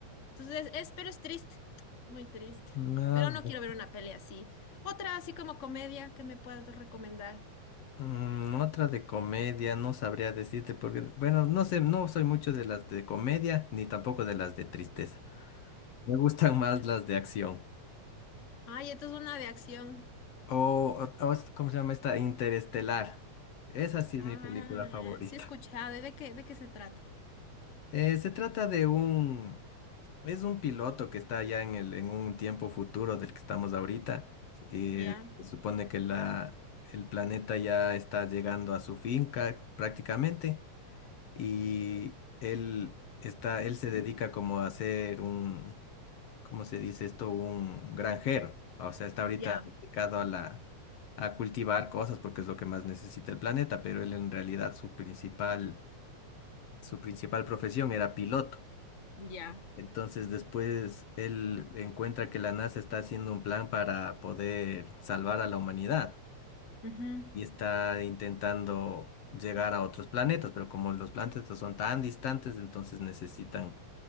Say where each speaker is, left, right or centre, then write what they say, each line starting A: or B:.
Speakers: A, on the left; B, on the left.
A: Entonces, es, pero es triste, muy triste.
B: Ah,
A: Pero no
B: ya.
A: quiero ver una pelea así. Otra así como comedia que me puedas recomendar.
B: Mm, otra de comedia, no sabría decirte porque, bueno, no sé, no soy mucho de las de comedia ni tampoco de las de tristeza. Me gustan más las de acción.
A: Ay, esto es una de acción.
B: O, o- o es- ¿cómo se llama esta? Interestelar. Esa sí
A: Ah,
B: es mi película favorita.
A: sí he escuchado. ¿De qué, de qué se trata?
B: Eh, se trata de un... Es un piloto que está ya en el, en un tiempo futuro del que estamos ahorita. Ujú. Eh,
A: Ya,
B: se supone que la, el planeta ya está llegando a su finca prácticamente y él está, él se dedica como a ser un, ¿cómo se dice esto? Un granjero. O sea, está ahorita
A: Ya.
B: dedicado a la, a cultivar cosas porque es lo que más necesita el planeta, pero él en realidad su principal, su principal profesión era piloto.
A: ya,
B: Entonces después él encuentra que la NASA está haciendo un plan para poder salvar a la humanidad
A: Ujú.
B: y está intentando llegar a otros planetas, pero como los planetas son tan distantes, entonces necesitan,